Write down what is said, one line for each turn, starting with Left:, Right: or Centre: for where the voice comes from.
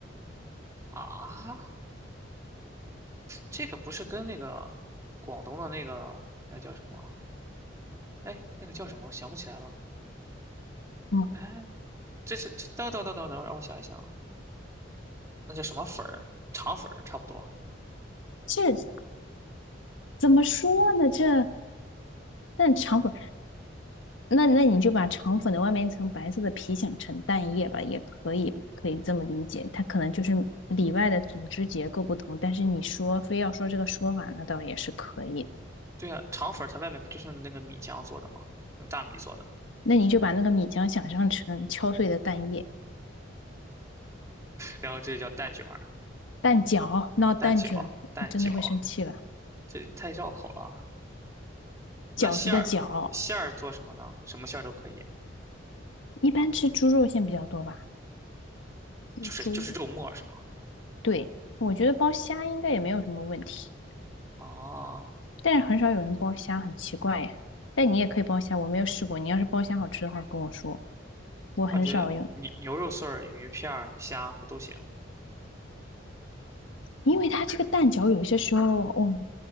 Right: 啊。这个不是跟那个广东的那个那个叫什么？哎，那个叫什么？我想不起来了。
Left: 嗯，
Right: 哎，这是这等等等等等，让我想一想啊，那叫什么粉儿？肠粉儿差不多。
Left: 这怎么说呢？这但肠粉。那那你就把肠粉的外面一层白色的皮想成蛋液吧，也可以，可以这么理解。它可能就是里外的组织结构不同，但是你说非要说这个说法，那倒也是可以。
Right: 对呀啊，肠粉儿它外面不就是用的那个米浆做的吗？用大米做的。
Left: 那你就把那个米浆想象成敲碎的蛋液、
Right: 然后这叫蛋卷儿、
Left: 蛋饺，闹蛋卷，
Right: 蛋饺、蛋饺，
Left: 我真的会生气了。
Right: 这太绕口了。那馅儿，
Left: 饺子的饺，
Right: 馅儿做什么呢？什么馅儿都可以，
Left: 一般吃猪肉馅比较多吧？
Right: 就是就是肉末是吗？
Left: 猪，对，我觉得包虾应该也没有什么问题，
Right: 哦，
Left: 但是很少有人包虾，很奇怪耶。但你也可以包虾，我没有试过。你要是包虾好吃的话，跟我说。我很少用，
Right: 我感觉牛牛肉碎儿、鱼片儿、虾不都行？
Left: 因为它这个蛋饺有些时候我们